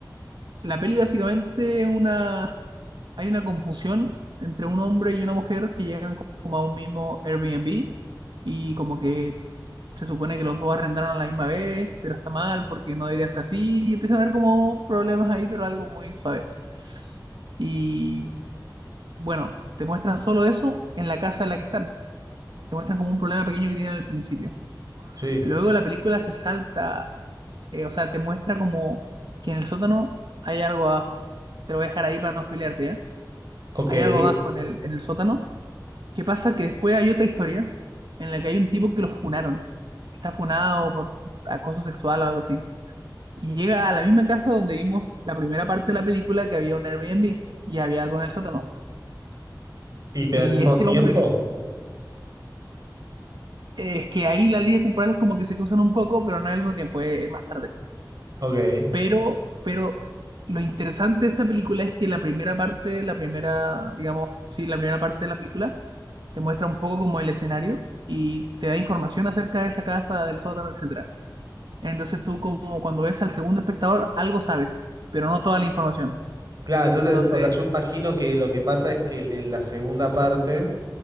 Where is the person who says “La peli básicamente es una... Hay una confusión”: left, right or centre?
Right